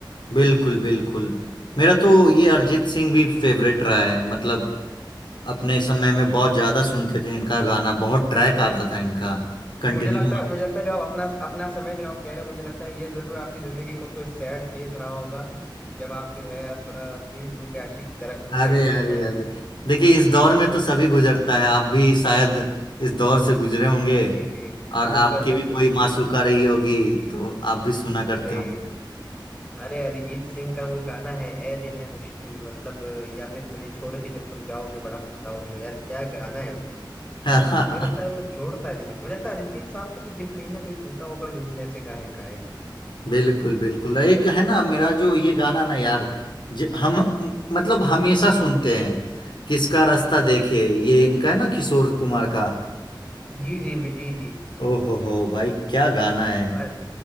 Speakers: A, on the left (about 65°); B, on the left (about 15°).
A: बिल्कुल बिल्कुल मेरा तो ये अरिजीत सिंह भी फेवरेट रहा है मतलब अपने समय में बहुत ज्यादा सुनते थे इनका गाना बहुत ट्रैक आता था इनका कंटिन्यू
B: मुझे लगता है मुझे लगता है जो आप अपना अपना समय जो आप कह रहे हो मुझे लगता है ये जरूर आपकी जिंदगी को कोई सैड फेस रहा होगा जब आप जो है थोड़ा दिल टूट के आशिक की तरह घूम
A: अरे
B: रहे होंगे
A: अरे
B: शायद
A: अरे देखिए इस दौर में तो सभी गुजरता
B: Like,
A: है आप भी शायद इस दौर से गुजरे होंगे
B: जी जी
A: और आपकी
B: बिल्कुल
A: भी
B: बिल्कुल
A: कोई
B: बिल्कुल
A: मासूका रही होगी तो आप भी सुना करते
B: अरे
A: होंगे
B: अरे अरिजीत सिंह का वो गाना है ए दिल है मुश्किल मतलब या फिर मुझे छोड़ के जब तुम जाओगे बड़ा पछताओगे यार क्या गाना है वो
A: <laughs>
B: मतलब मुझे लगता है वो जोड़ता है दिलों को मुझे लगता है अरिजीत साहब का भी दिल कहीं ना कहीं टूटा होगा जो उनने ऐसे गाने गाए हैं
A: बिल्कुल बिल्कुल एक है ना मेरा जो ये गाना ना यार ज, हम मतलब हमेशा सुनते हैं किसका रास्ता देखे ये इनका है ना किशोर कुमार का
B: जी जी भी जी जी
A: ओहो हो भाई क्या गाना है
B: अ-